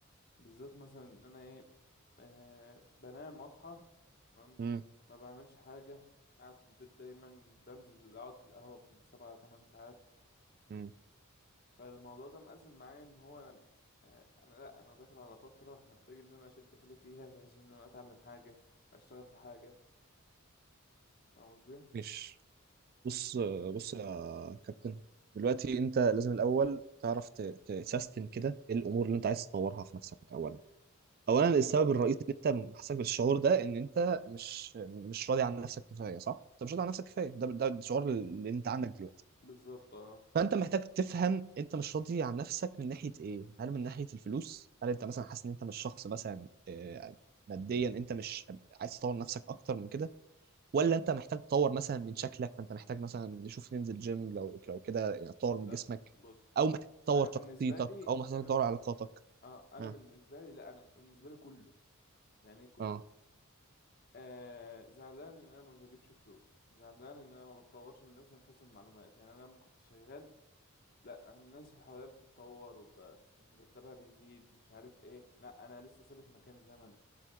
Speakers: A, on the left; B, on the right.
A: بالذات مثلا ان انا ايه آه بنام اصحى تمام
B: امم
A: ما بعملش حاجه قاعد في البيت دايما بنزل اقعد في القهوه بالسبع تمن ساعات
B: مم.
A: فالموضوع ده مأزم معايا ان هو انا آه انا لا انا داخل على فتره محتاج ان انا اشد حيلي فيها بحيث ان انا اتعلم حاجه اشتغل في حاجه فاهم قصدي
B: ماشي بص بص يا كابتن دلوقتي انت لازم الاول تعرف ت- تسيستم كده ايه الامور اللي انت عايز تطورها في نفسك اولا اولا
A: ماشي
B: السبب الرئيسي اللي انت حاسس بالشعور ده ان انت مش مش راضي عن نفسك كفايه صح انت مش راضي عن نفسك كفايه ده ده الشعور اللي انت عندك دلوقتي
A: بالظبط اه
B: فانت محتاج تفهم انت مش راضي عن نفسك من ناحيه ايه هل من ناحيه الفلوس هل انت مثلا حاسس ان انت مش شخص مثلا آه، ماديا انت مش عايز تطور نفسك اكتر من كده ولا انت محتاج تطور مثلا من شكلك فانت محتاج مثلا نشوف ننزل جيم لو لو كده يعني تطور
A: لا
B: من جسمك
A: بص
B: او محتاج تطور
A: انا بالنسبه
B: شخصيتك
A: لي
B: او محتاج
A: انا
B: تطور
A: ب...
B: علاقاتك
A: آه انا
B: اه
A: بالنسبه لي لا انا بالنسبه لي كله يعني ايه كله
B: اه
A: آه زعلان ان انا ما بجيبش فلوس زعلان ان انا ما بتطورش من نفسي من حيث المعلومات يعني انا لما كنت شغال لا انا الناس اللي حواليا بتتطور ومرتبها بيزيد مش عارف ايه لا انا لسه ثابت مكاني زي ما أنا.